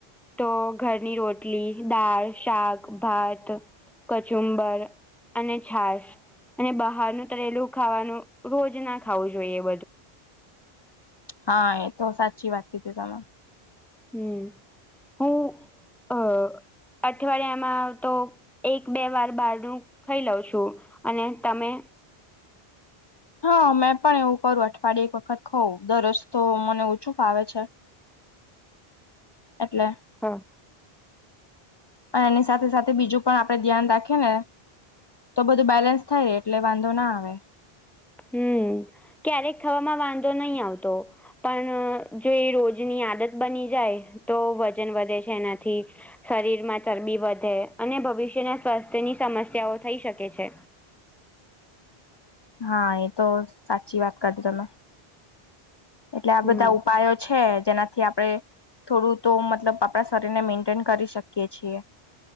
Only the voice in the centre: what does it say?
દાળ, શાક, ભાત, અને ઘરની, રોટલી કચુંબર અને છાસ બહારનું તરેલું ખાવાનું બઘું રોજ ના ખાવું જોઈએ
હમ્મ હૂ અ અઠવાડિયામાં તો એક બે વાર બહારનું હુ ખાઈ લઉં છું અને તમે.
હા.
હુ ક્યારેક ખવામાં વાંધો નહી આવતો. પણ જો એ રોજની આદત બની જાય તો વજન વધે છે એનાથી. શરીરમાં ચરબી વઘે અને ભવિષ્યના સ્વાસ્થ્યની સમસ્યાઓ થઈ શકે છે.
હમ